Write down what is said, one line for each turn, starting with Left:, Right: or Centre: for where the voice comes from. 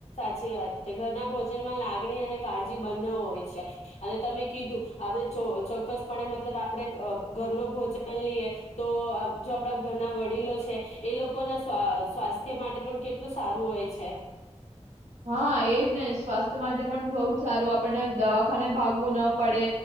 Left: ચી વાત છે, ઘરના ભોજનમાં લાગણી અને કાળજી બંને હોય છે અને તમે કીધું આપણે ચો ચોક્કસપણે મતલબ આપણે અ ઘરનું ભોજન લીએ, તો અ જો આપડા ઘરના વડીલો છે એ લોકોના સ્વા સ્વાસ્થ્ય માટે પણ કેટ ટલું સારું હોય છે.
Right: હા, એજ ને, સ્વાસ્થ્ય માટે પણ બહુ જ સારું, આપણને દવાખાને ભાગવું ન પડે.